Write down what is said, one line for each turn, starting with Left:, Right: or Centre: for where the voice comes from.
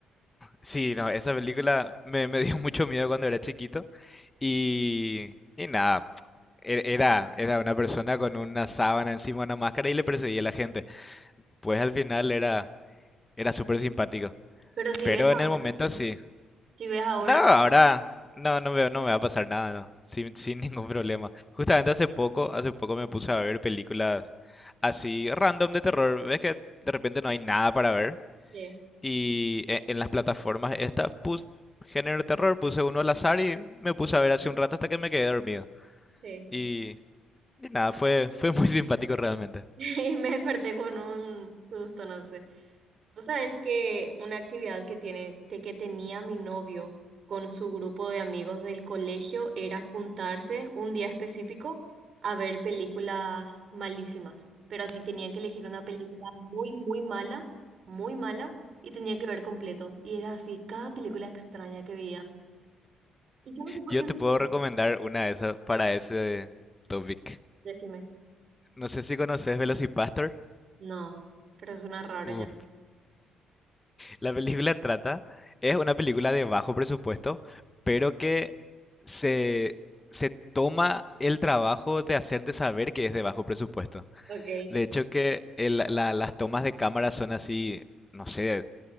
Left: Sí, no, esa película me, me dio <laughs> mucho miedo cuando era chiquito y, y nada, e- era, era una persona con una sábana encima, una máscara y le perseguía a la gente. Pues al final era, era súper simpático,
Right: Pero si
Left: pero
Right: ves
Left: en
Right: ahora,
Left: el momento sí.
Right: si ves ahora,
Left: No, ahora no, no me, no me va a pasar nada, no, sin, sin <laughs> ningún problema. Justamente hace poco, hace poco me puse a ver películas así random de terror. Ves que de repente no hay nada para ver
Right: sí,
Left: y e- en las plataformas estas puse género de terror, puse uno al azar y me puse a ver hace un rato hasta que me quedé dormido.
Right: sí.
Left: Y, y nada, fue, fue muy <laughs> simpático realmente.
Right: <laughs> Y me desperté con un susto, no sé. O sea, es que una actividad que tiene, te- que tenía mi novio con su grupo de amigos del colegio era juntarse un día específico a ver películas malísimas. Pero así tenían que elegir una película muy, muy mala, muy mala, y tenía que ver completo. Y era así, cada película extraña que veían. Y yo no sé por
Left: Yo
Right: qué
Left: te
Right: se hacían.
Left: puedo recomendar una de esas para ese topic.
Right: Decime.
Left: No sé si conoces Velocipastor.
Right: No, pero suena raro
Left: Uf,
Right: ya.
Left: La película trata, es una película de bajo presupuesto, pero que se, se toma el trabajo de hacerte saber que es de bajo presupuesto.
Right: Ok,
Left: De hecho que el- la- las tomas de cámara son así, no sé,